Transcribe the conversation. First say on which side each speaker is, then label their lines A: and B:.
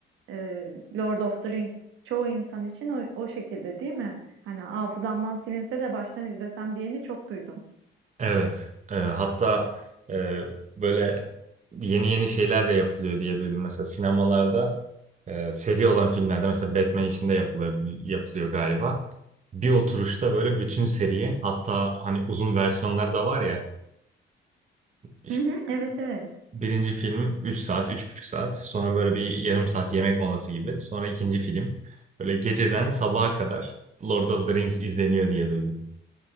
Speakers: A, on the right; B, on the right.
A: Ee, Lord of the Rings çoğu insan için o, o şekilde değil mi? Hani hafızamdan silinse de baştan izlesem diyeni çok duydum.
B: Evet. Ee, hatta e, böyle yeni yeni şeyler de yapılıyor diye duydum. Mesela sinemalarda e, seri olan filmlerde mesela Batman için de yapılıyor, yapılıyor galiba. Bir oturuşta böyle bütün seriyi hatta hani uzun versiyonları da var ya işte
A: Hı hı, evet evet.
B: Birinci film 3 saat, üç buçuk saat. Sonra böyle bir yarım saat yemek molası gibi. Sonra ikinci film. Böyle geceden sabaha kadar Lord of the Rings izleniyor diye duydum.